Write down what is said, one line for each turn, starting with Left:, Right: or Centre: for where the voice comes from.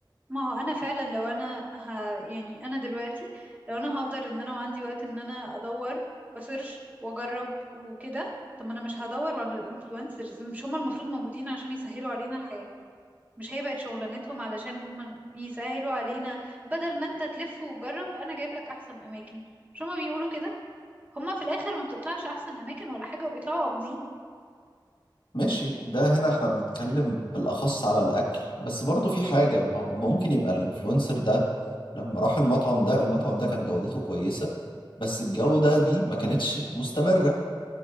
Right: ما هو انا فعلا لو انا ه... يعني انا دلوقتي لو انا هقدر ان انا وعندي وقت ان انا ادور وسيرش واجرب وكده طب ما انا مش هدور على الانفلونسرز مش هم المفروض موجودين عشان يسهلوا علينا الحياة مش هي بقت شغلانتهم علشان هم يسهلوا علينا بدل ما انت تلف وتجرب انا جايب لك احسن اماكن مش هم بيقولوا كده هم في الاخر ما بتطلعش احسن اماكن ولا حاجة وبيطلعوا قابضين
Left: ماشي ده هنا احنا بنتكلم بالأخص على الأكل بس برضه في حاجة ما هو ممكن يبقى الإنفلونسر ده لما راح المطعم ده المطعم ده كان جودته كويسة بس الجودة دي ما كانتش مستمرة